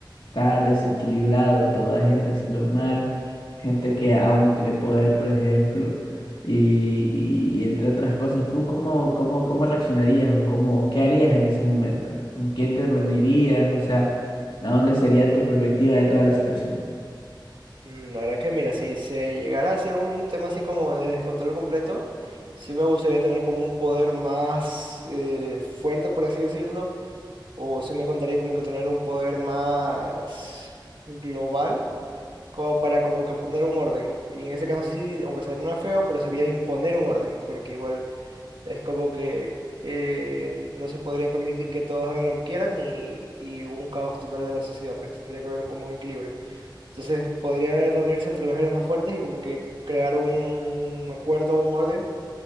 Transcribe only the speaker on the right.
Mm, La verdad que mira, si se llegara a ser un tema así como de descontrol completo, sí me gustaría tener como un poder más eh, fuerte, por así decirlo, o sí me contaría como que tener un poder más global, como para como que poner un orden. Y en este caso sí, aunque suena feo, pero sería imponer un orden, porque igual es como que eh, no se podría permitir que todos hagan lo que quieran y, y un caos total de la sociedad, pues tendría que haber un común equilibrio. Entonces podría reunirse entre los héroes más fuertes y como que crear un acuerdo un orden